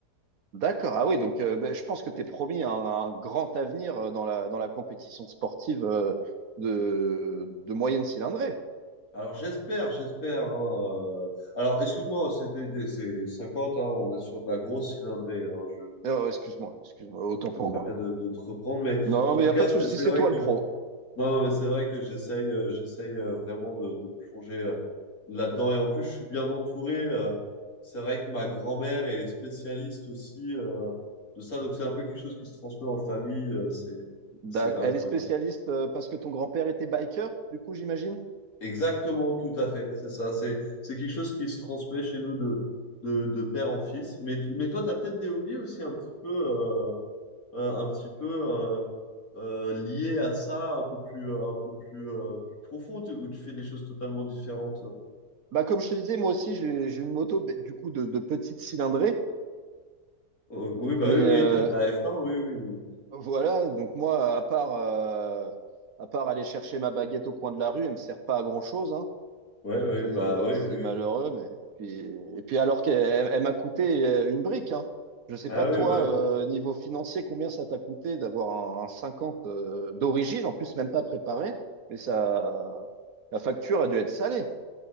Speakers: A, on the right (about 60°); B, on the left (about 60°).
A: D'accord. Ah oui, donc euh, ben, je pense que tu es promis un, un grand avenir euh, dans la, dans la compétition sportive euh, de, de moyenne cylindrée.
B: Alors j'espère, j'espère. hein, euh. Alors excuse-moi, c'est des, des- c'est cinquante. hein, on est sur de la grosse cylindrée. hein, je
A: Euh,
B: me
A: excuse-moi, excuse-moi, autant pour
B: permets
A: moi.
B: de, de te reprendre, mais
A: Non,
B: en
A: mais
B: tout
A: il n'y
B: cas,
A: a pas de souci,
B: c'est c'est
A: c'est
B: vrai
A: toi
B: que
A: le
B: non,
A: pro.
B: non, mais c'est vrai que j'essaye, euh, j'essaye euh, vraiment de, de me plonger euh, là-dedans. Et en plus, je suis bien entouré. euh. c'est vrai que ma grand-mère est spécialiste aussi euh, de ça, donc c'est un peu quelque chose qui se transmet en famille. euh, c'est
A: D'ac-
B: c'est incroyable.
A: Elle est spécialiste euh, parce que ton grand-père était biker, du coup, j'imagine.
B: Exactement, tout à fait. C'est ça. C'est, c'est quelque chose qui se transmet chez nous de, de, de père en fils. Mais, t- mais toi, tu as peut-être des hobbies aussi un petit peu, euh, un, un petit peu euh, euh, liés à ça, un peu plus, un peu plus, euh, plus profond, tu- où tu fais des choses totalement différentes.
A: Bah, comme je te disais, moi aussi, j'ai j'ai une moto, ben, du coup, de, de petite cylindrée.
B: Oh, oui, bah
A: Mais
B: oui, oui,
A: euh,
B: t'as ta F1, oui, oui.
A: voilà, donc moi, à part, euh, à part aller chercher ma baguette au coin de la rue, elle me sert pas à grand-chose, hein.
B: Ouais, oui,
A: C'est
B: bah oui,
A: c'est
B: oui.
A: malheureux, mais et puis, et puis alors qu'elle elle m'a coûté euh, une brique, hein. Je sais
B: Ah
A: pas toi,
B: oui, bah oui.
A: euh, niveau financier, combien ça t'a coûté d'avoir un, un 50 euh, d'origine, en plus même pas préparé, mais ça, la facture a dû être salée.